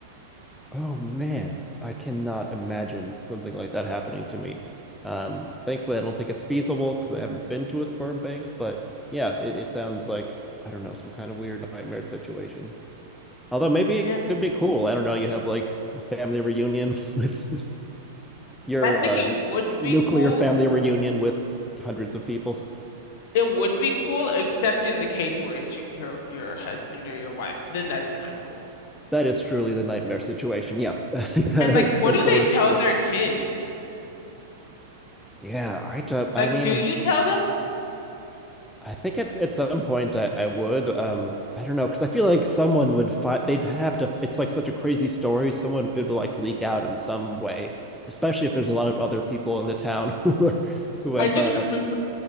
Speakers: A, in the centre; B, on the left.
A: Oh man, I cannot imagine something like that happening to me. Um, thankfully, I don't think it's feasible because I haven't been to a sperm bank. But yeah, it, it sounds like I don't know some kind of weird nightmare situation. Although maybe
B: Yeah.
A: it could be cool. I don't know. You have like a family reunion with <laughs> your
B: I think
A: um,
B: it would
A: nuclear
B: be cool.
A: family reunion with hundreds of people.
B: It would be cool, except in the case where it's y- your your husband or your wife. Then that's not cool.
A: That is truly the nightmare situation. Yeah, <laughs> that's
B: And like, what
A: that's
B: do
A: the
B: they
A: worst
B: tell their kids?
A: Yeah, I don't.
B: Like,
A: I mean,
B: do you tell them?
A: I think it's at some point I, I would. Um, I don't know because I feel like someone would fight. They'd have to. It's like such a crazy story. Someone it would like leak out in some way, especially if there's a lot of other people in the town <laughs> who are, who have.
B: I just
A: Uh,
B: remember